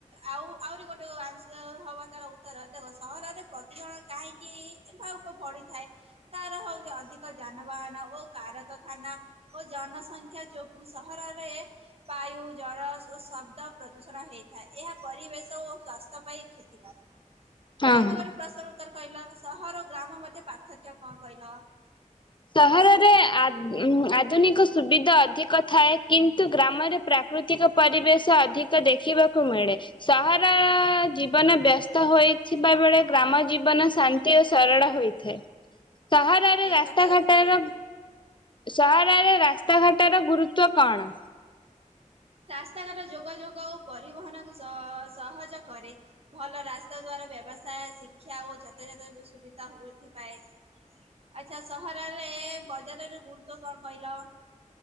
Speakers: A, on the right; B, on the left.
A: ଆଉ ଆହୁରି ଗୋଟେ ଆନ୍ସ ହବ ତାର ଉତ୍ତର ଦେଖ ସହରରେ ପ୍ରତି ଜଣ କାହିଁକି ଥାଉ। ପଡିଥାଏ, ତାରହଉଛି ଅଧିକ ଯାନବାହାନ ଓ କାରକଖାନା ଓ ଜନସଂଖ୍ୟା ସଂଖ୍ୟା ଯୋଗୁ ସହରରେ ବାୟୁ, ଜଳ ଓ ଶବ୍ଦ ପ୍ରଦୂଷଣ ହୋଇଥାଏ ଏହା ପରିବେଶ ଓ ସ୍ୱାସ୍ଥ୍ୟପାଇଁ କ୍ଷତିକାରକ,
B: ହଁ
A: ତମେ
B: ହଁ।
A: ଗୋଟେ ପ୍ରଶ୍ନର ଉତ୍ତର କହିଲ ସହର ଓ ଗ୍ରାମ ମତେ ପାର୍ଥକ୍ୟ କଣ? କହିଲ?
B: ସହରରେ ଅଦ୍ ଉନ୍ ଆ ଆଧୁନିକ ସୁବିଧା ଅଧିକଥାଏ କିନ୍ତୁ ଗ୍ରାମରେ ପ୍ରାକୃତିକ ପରିବେଶ ଅଧିକ ଦେଖିବାକୁ ମିଳେ, ସହର ଜୀବନ ବ୍ୟସ୍ତ ହୋଇଥିବା ବେଳେ ଗ୍ରାମ ଜୀବନ ଶାନ୍ତି ଖାଦ୍ୟ ସରଳ ହୋଇଥାଏ। ସହରରେ
A: ଏ
B: ରାସ୍ତା
A: କଥା
B: ଘାଟର
A: ଠିକ।
B: ସହରରେ ରାସ୍ତାଘାଟର ଗୁରୁତ୍ଵ କଣ?
A: ରାସ୍ତାଘାଟ ଯୋଗାଯୋଗ ଓ ପରିବହନକୁ ସ-ସହଜ କରେ। ଭଲ ରାସ୍ତା ଦ୍ଵା ବ୍ୟବସାୟ, ଶିକ୍ଷା ଓ ଯତାଜାତ ସୁବିଧା ବୃଦ୍ଧି ପାଏ। ଆଛା ସହରରେ ବଜାରର ଗୁରୁତ୍ଵ କଣ କହିଲ?